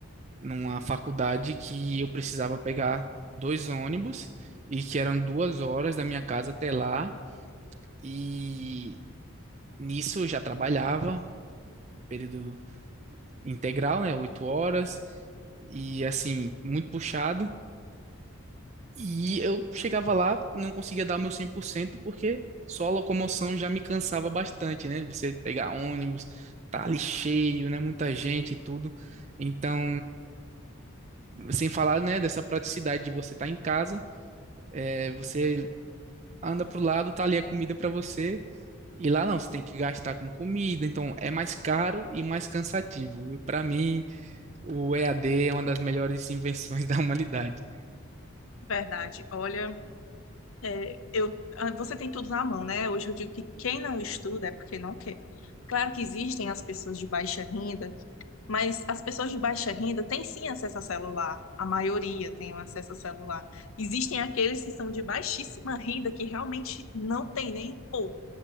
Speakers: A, on the right; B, on the left.
A: numa faculdade que eu precisava pegar dois ônibus e que eram duas horas da minha casa até lá. E nisso eu já trabalhava, período integral, né? Oito horas, e assim, muito puxado. E eu chegava lá, não conseguia dar o meu 100% porque só a locomoção já me cansava bastante, né? Você pegar ônibus, tá ali cheio, né? Muita gente e tudo. Então, sem falar, né, dessa praticidade de você estar em casa É, Você anda pro lado, tá ali a comida para você. E lá não, você tem que gastar com comida, então é mais caro e mais cansativo. Para mim, o EAD é uma das melhores invenções <laughs> da humanidade.
B: verdade. Olha. É, eu, ah, você tem tudo na mão, né? Hoje eu digo que quem não estuda é porque não quer. Claro que existem as pessoas de baixa renda, mas as pessoas de baixa renda têm sim acesso a celular. A maioria tem um acesso a celular. Existem aqueles que são de baixíssima renda que realmente não tem nem um pouco.